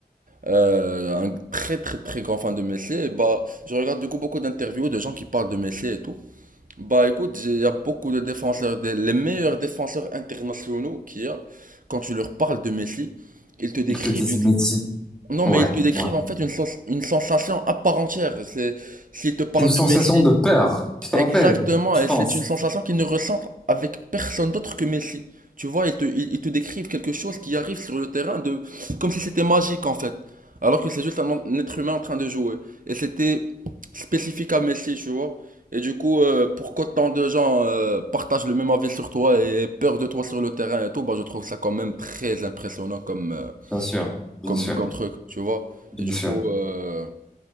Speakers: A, on the right; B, in the centre.
A: euh, un très très très grand fan de Messi, et bah, je regarde du coup beaucoup d'interviews de gens qui parlent de Messi et tout. Bah écoute, j'ai- il y a beaucoup de défenseurs, des- les meilleurs défenseurs internationaux qu'il y a, quand tu leur parles de Messi, ils te décrivent
B: Ils te disent
A: une...
B: Messi,
A: Non
B: Ouais,
A: mais ils te décrivent
B: ouais.
A: en fait une, sens- une sensation à part entière. C'est, s'ils te parlent
B: C'est une sensation
A: de Messi,
B: de peur. Tu te
A: Exactement,
B: rappelles? Je
A: et
B: pense.
A: c'est une sensation qu'ils ne ressentent avec personne d'autre que Messi. Tu vois, ils te, ils- ils te décrivent quelque chose qui arrive sur le terrain de, comme si c'était magique en fait, alors que c'est juste un, un être humain en train de jouer. Et c'était spécifique à Messi, tu vois. Et du coup, euh, pour qu'autant de gens euh, partagent le même avis sur toi et aient peur de toi sur le terrain et tout, bah je trouve ça quand même très impressionnant comme, euh,
B: Bien sûr, bien
A: comme,
B: sûr,
A: comme truc, tu vois.
B: bien
A: Et du
B: sûr.
A: coup, euh,